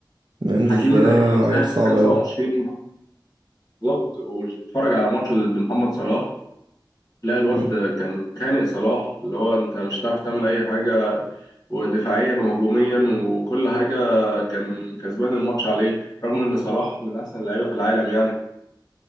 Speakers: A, on the right; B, on the left.
A: مندز
B: حكيمي
A: ده
B: تقريبا مساهم
A: عيل
B: في
A: صعب
B: 25
A: أوي
B: بالظبط واتفرج على ماتشه ضد محمد صلاح لا الواد
A: مم.
B: كان خانق صلاح اللي هو انت مش هتعرف تعمل اي حاجة ودفاعيا وهجوميا وكل حاجة كان كسبان الماتش عليه رغم إن صلاح من أحسن اللعيبة في العالم يعني